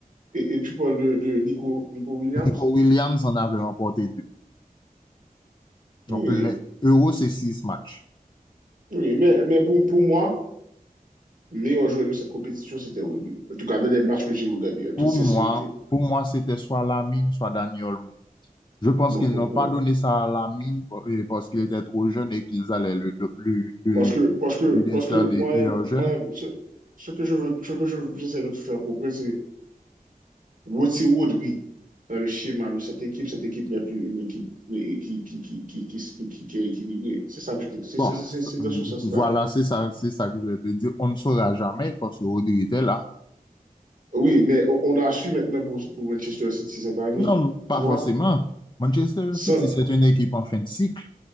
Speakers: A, on the right (about 60°); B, on the left (about 30°).
A: Et, et tu parles de, de Nico, Nico Williams?
B: Nico Williams en avait remporté deux.
A: Oui,
B: Donc, l'euro, c'est six matchs.
A: oui, mais, mais pour, pour moi, le meilleur joueur de cette compétition, c'était Rudy. En tout cas, dans les matchs que j'ai regardés, en toute
B: Pour
A: sincérité.
B: moi, pour moi, c'était soit Lamine, soit Dani Olmo. Je pense
A: Moi,
B: qu'ils
A: bon,
B: n'ont
A: bon.
B: pas donné ça à la mine pour- euh, parce qu'il était trop jeune et qu'ils allaient le, do- le, le-
A: Parce que, parce que,
B: lui décerner
A: parce que moi-même,
B: meilleur jeune.
A: moi-même, ce, ce que je veux, ce que je, j'essaie de tout faire comprendre, c'est Wotsé Rodri dans le schéma de cette équipe, cette équipe n'est plus une équipe qui, qui, qui, qui, qui, qui, qui- est équilibrée. C'est ça que je te. c'est-
B: Bon,
A: c'est- c'est-
B: c-
A: c'est dans
B: euh,
A: ce sens-là.
B: voilà, c'est ça, c'est ça que je vais te dire. On ne saura jamais parce que Rodri était là.
A: Oui, mais on, on a su maintenant pour, pour Manchester City cette année.
B: Non, pas
A: Tu vois?
B: forcément. Manchester
A: Sans,
B: City, c'est une équipe en fin de cycle.